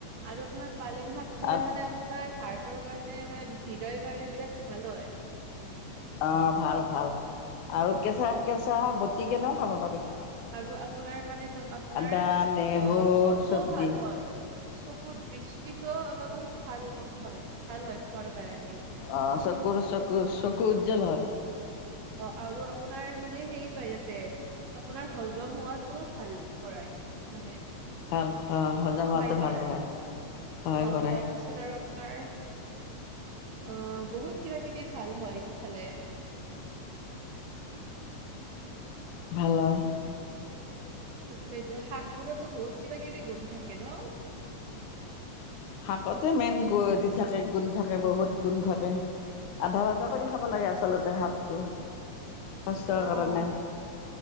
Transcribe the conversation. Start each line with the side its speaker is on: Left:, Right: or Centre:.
Right: আৰু আপোনাৰ পালেং শাক খালে
Left: আৰু
Right: মানে আপোনাৰ হাৰ্টৰ কাৰণে মানে, হৃদয়ৰ কাৰণে বিৰাট ভাল হয়।
Left: অ' ভাল ভাল আৰু কেঁচা কেঁচা বতি কেনেও খাব পাৰি।
Right: আৰু আপোনাৰ মানে ত' আপোনাৰ
Left: আদা
Right: অ',
Left: নহৰু
Right: চকুও
Left: চব
Right: ভাল
Left: দি
Right: হয়। চকুৰ দৃষ্টিতটো অলপমান ভাল হয় ভাল হয়। খোৱাৰ কাৰণে এইটো
Left: অ' চকুৰ চকুৰ চকুৰ উজ্জ্বল হয়।
Right: অ' আৰু আপোনাৰ মানে হেৰি পায় তাতে আপোনাৰ হজম হোৱাতটো ভাল কৰাই। মানে
Left: ভাল অ', হজম
Right: সহায়
Left: হোৱাটো
Right: কৰাই
Left: ভাল হয়, সহায়
Right: অহ
Left: কৰে
Right: তাৰপিছত আৰু আমাৰ অহ বহুত কিবা কিবি ভাল হয় এইটো খালে।
Left: ভাল হয়।
Right: সেইটোয়ে শাকবোৰতো বহুত কিবা কিবি গুণ থাকে ন <inaudible>
Left: শাকতে মেইন গু দি থাকে গুন থাকে বহুত গুন থাকে। আধা ভাজা কৰি খাব লাগে আচলতে শাকটো। স্বাস্থ্যৰ
Right: অ'
Left: কাৰণে।